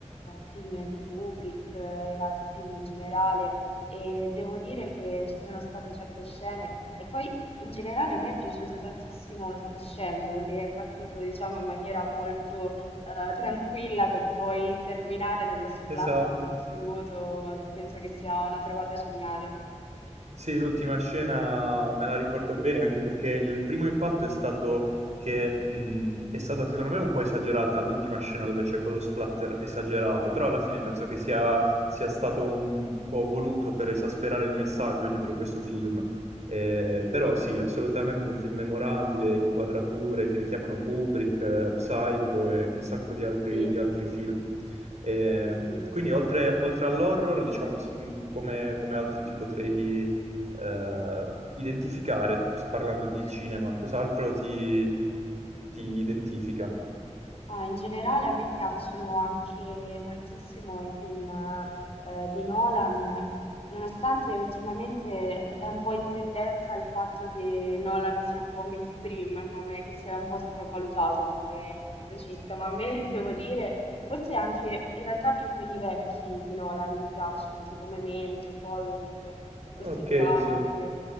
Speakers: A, on the left (about 55°); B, on the right (about 70°).
A: film di Kubrick eh, e altri film in generale. E devo dire che ci sono state certe scene. E poi in generale a me è piaciuto tantissimo il crescendo, che è partito, diciamo, in maniera molto eh, tranquilla per poi terminare nello splatter
B: Esatto.
A: più assoluto. Penso che sia una trovata geniale.
B: Sì, l'ultima scena me la ricordo bene anche perché il primo impatto è stato che mh, è stata secondo me un po' esagerata l'ultima scena dove c'è quello splatter esagerato,
A: <laughs>
B: però alla fine penso che sia, sia stato un, un po' voluto per esasperare il messaggio dietro questo film. Eh,
A: Sì,
B: però sì, assolutamente un film memorabile, inquadrature che richiamano Kubrick, eh, Psycho e un sacco di altri,
A: sì,
B: di altri film. Eh,
A: sì, sì.
B: quindi oltre, oltre all'horror, diciamo, sì, mh, come, come altro ti potrei eh, identificare, parlando di
A: <laughs>
B: cinema, cos'altro ti, ti identifica?
A: Ah, in generale a me piacciono anche moltissimo i film eh, di Nolan, nonostante ultimamente è un po' in tendenza il fatto che Nolan sia un po' mainstream, come, che sia un po' sopravvalutato come regista, ma a me <laughs> devo dire, forse anche in realtà più quelli vecchi di Nolan mi piacciono, tipo Memento, Following, questi
B: Ok,
A: qua,
B: sì,
A: ma anche,